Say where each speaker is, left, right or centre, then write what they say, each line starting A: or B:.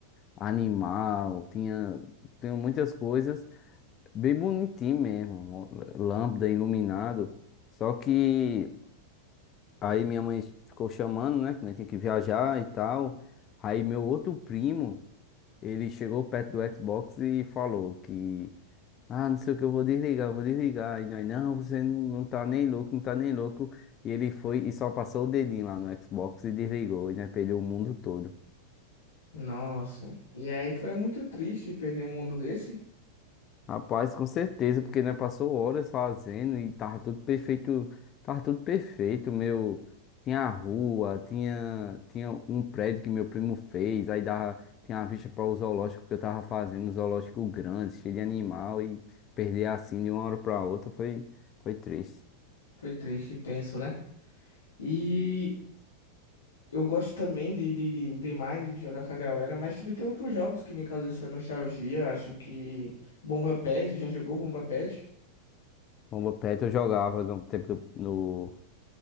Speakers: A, on the left; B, on the left.
A: animal, tinha, tinha muitas coisas, bem bonitinho mesmo, lâmpada iluminado. Só que aí minha mãe ficou chamando, né, que nós tinha que viajar e tal. Aí meu outro primo, ele chegou perto do Xbox e falou que ah, não sei o que, eu vou desligar, eu vou desligar. E nós, não, você não, não tá nem louco, não tá nem louco. E ele foi e só passou o dedinho lá no Xbox e desligou. E nós perdeu o mundo todo.
B: Nossa, e aí foi muito triste perder um mundo desse.
A: Rapaz, com certeza, porque nós passou horas fazendo e tava tudo perfeito. Tava tudo perfeito, meu. Tinha a rua, tinha, tinha um prédio que meu primo fez. Aí dava, tinha a vista para o zoológico que eu tava fazendo, um zoológico grande, cheio de animal. E perder assim de uma hora pra outra foi, foi triste.
B: Foi triste e tenso, né? E eu gosto também de, de, de, de Mine, de jogar com a galera, mas também tem outros jogos que me causam essa nostalgia. Acho que Bomba Patch, já jogou Bomba Patch?
A: Bomba Pet eu jogava no tempo do, no,